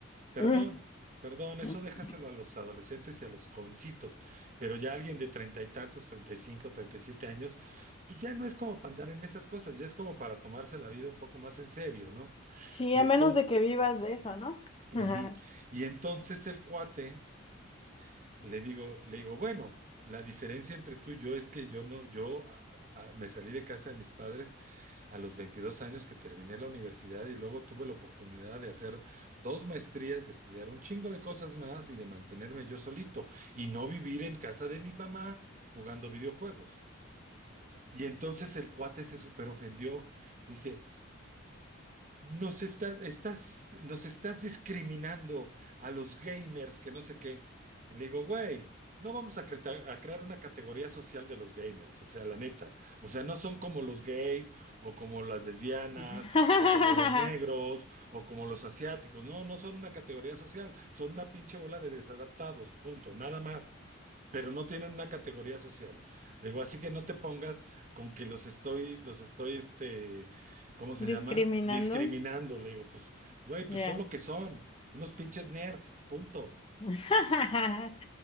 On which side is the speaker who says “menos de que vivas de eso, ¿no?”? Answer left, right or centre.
Left